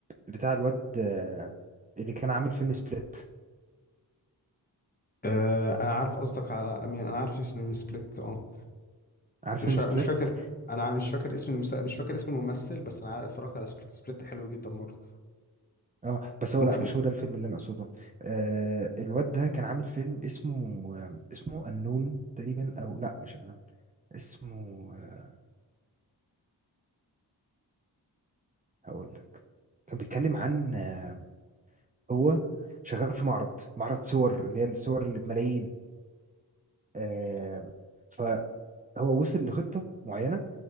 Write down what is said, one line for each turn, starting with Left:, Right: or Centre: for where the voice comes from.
Right: بتاع الواد آه، اللي كان عامل فيلم سبليت
Left: آه انا عارف قصدك على أمين انا عارف اسم من سبليت اه
Right: عارف
Left: مش
Right: فيلم
Left: ع-
Right: سبليت
Left: انا مش فاكر انا مش فاكر اسم المسا... مش فاكر اسم الممثل بس انا عارف- اتفرجت على سبليت سبليت حلو جدا برضه
Right: اه بس هو
Left: مف-
Right: لا مش هو ده الفيلم اللي انا اقصده آه الواد ده كان عامل فيلم اسمه آه، اسمه النون تقريبا او لا مش النون اسمه آه، هقول لك كان بيتكلم عن آه، هو شغال في معرض معرض صور اللي هي الصور اللي بملايين آه فهو وصل لخطة معينة